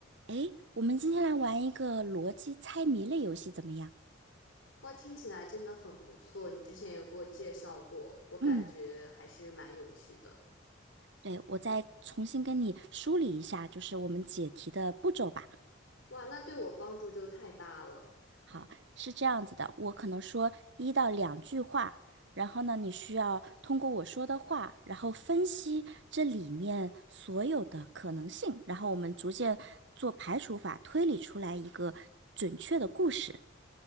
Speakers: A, on the right; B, on the left.
A: 诶，我们今天来玩一个逻辑猜谜类游戏，怎么样？
B: 哇，听起来真的很不错。你之前有给我介绍过，我感觉还是蛮有趣的。
A: 嗯，对，我再重新跟你梳理一下，就是我们解题的步骤吧。
B: 哇，那对我帮助就太大了。
A: 好，是这样子的，我可能说一到两句话，然后呢，你需要通过我说的话，然后分析这里面所有的可能性，然后我们逐渐做排除法，推理出来一个准确的故事。